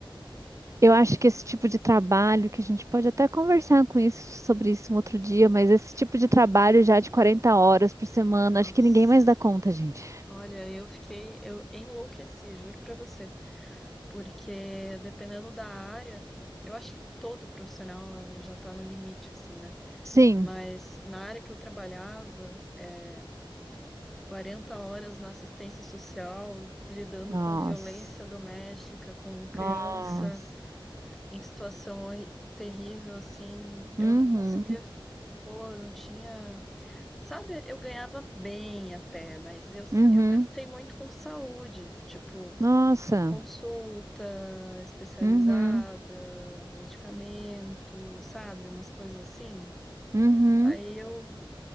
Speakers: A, on the right (about 35°); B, in the centre.
A: Eu acho que esse tipo de trabalho, que a gente pode até conversar com isso, sobre isso um outro dia, mas esse tipo de trabalho já de 40 horas por semana,
B: nossa.
A: acho que ninguém mais dá conta, gente.
B: Olha, eu fiquei, eu enlouqueci, juro pra você, porque dependendo da área, eu acho que todo profissional ah, já tá no limite, assim, né?
A: Sim.
B: Mas na área que eu trabalhava, é, 40 horas na assistência social, lidando
A: Nossa.
B: com violência doméstica, com criança,
A: Nossa.
B: em situação horri- terrível, assim, eu
A: Uhum.
B: não conseguia Pô, eu não tinha. Sabe, eu ganhava bem até, mas eu,
A: Uhum.
B: eu gastei muito com saúde. Tipo,
A: Nossa.
B: Consulta especializada,
A: Uhum.
B: medicamento, sabe? Umas coisas assim.
A: Uhum.
B: Aí eu.